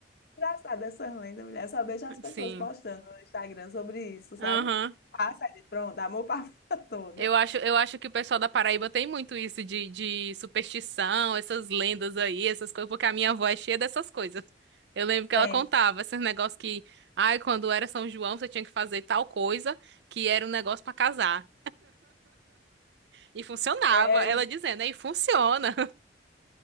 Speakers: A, on the left; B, on the right.
A: Engraçado essas lendas, mulher. Eu Só vejo as pessoas
B: sim.
A: postando no Instagram sobre isso, sabe?
B: Aham.
A: Passa ali, pronto, amor para a <laughs> vida toda.
B: Eu acho, eu acho que o pessoal da Paraíba tem muito isso de, de superstição, essas lendas aí, essas coisas, porque a minha avó é cheia dessas coisas. Eu lembro que
A: Tem.
B: ela contava esses negócios que, ai, quando era São João, você tinha que fazer tal coisa, que era um negócio pra casar. E funcionava,
A: É,
B: ela
A: é
B: dizendo, aí funciona.